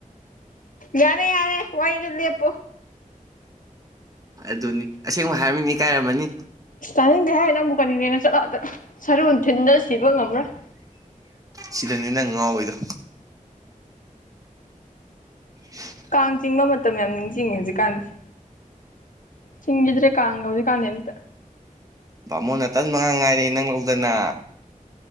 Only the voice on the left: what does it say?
ꯌꯥꯔꯦ ꯌꯥꯔꯦ ꯋꯥꯔꯤꯗꯨ ꯂꯦꯞꯄꯨ
ꯏꯁꯇꯥꯥꯅꯤꯡꯗꯦ ꯍꯦ ꯅꯪꯕꯨ ꯀꯔꯤꯅꯦꯅ ꯆꯠꯂꯨ ꯑꯥꯗ ꯁꯔꯨ ꯊꯤꯟꯗꯅ ꯁꯤꯕ ꯉꯝꯃꯔꫭꯏ
ꯀꯥꯡ ꯆꯤꯡꯕ ꯃꯇꯝ ꯌꯥꯝ ꯅꯤꯡꯁꯤꯡꯉꯤ ꯍꯧꯖꯤꯛꯀꯥꯟꯁꯦ ꯆꯤꯡꯒꯤꯗ꯭ꯔꯦ ꯀꯥꯡꯒ ꯍꯧꯖꯤꯛ ꯀꯥꯟꯗꯤ ꯑꯝꯇ